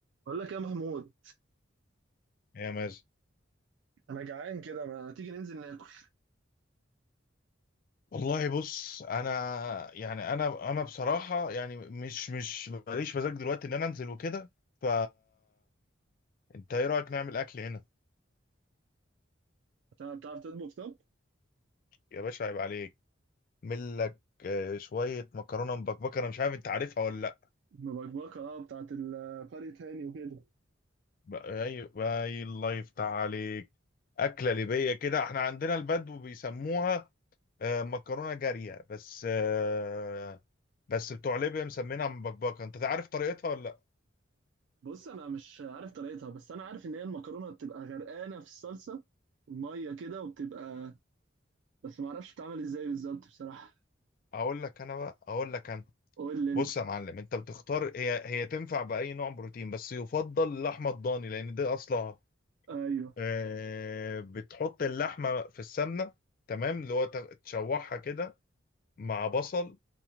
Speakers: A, on the right; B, on the left.
A: بقول لك يا محمود
B: يا مازن
A: انا جعان كده ما تيجي ننزل ناكل
B: والله بص انا يعني انا انا بصراحه يعني مش مش ماليش مزاج دلوقتي ان انا انزل وكده ف انت ايه رايك نعمل اكل هنا
A: بتاع- بتعرف تطبخ طب
B: يا باشا عيب عليك ملك آه، شويه مكرونه مبكبكه انا مش عارف انت عارفها ولا لا
A: مبكبكه اه بتاعت ال- قرية هاني وكده
B: بقى- اي اي الله يفتح عليك اكله ليبيه كده احنا عندنا البدو بيسموها آه، مكرونه جاريه بس آه، بس بتوع ليبيا مسمينها مبكبكه انت عارف طريقتها ولا لا
A: بص انا مش عارف طريقتها بس انا عارف ان هي المكرونه بتبقى غرقانه في الصلصه الميه كده وبتبقى بس ما اعرفش بتتعمل ازاي بالظبط بصراحه
B: اقول لك انا بقى اقول لك انا
A: قول لي
B: بص
A: انت
B: يا معلم انت بتختار هي هي تنفع باي نوع بروتين بس يفضل اللحمه الضاني لان ده اصلها
A: ايوه
B: آه، بتحط اللحمه في السمنه تمام اللي هو تغ- تشوحها كده مع بصل